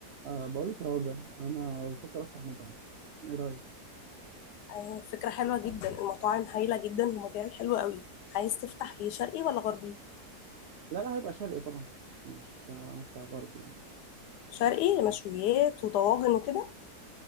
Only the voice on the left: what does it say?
آه، فكرة حلوة جدا المطاعم هايلة جدا ومجال حلو قوي عايز تفتح ايه شرقي ولا غربي
شرقي مشويات وطواجن وكده